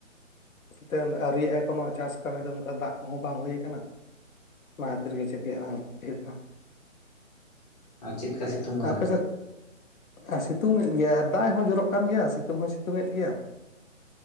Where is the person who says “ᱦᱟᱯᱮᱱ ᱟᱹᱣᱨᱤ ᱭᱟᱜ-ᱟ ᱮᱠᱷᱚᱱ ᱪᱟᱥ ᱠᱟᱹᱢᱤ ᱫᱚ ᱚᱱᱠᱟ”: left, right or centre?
Left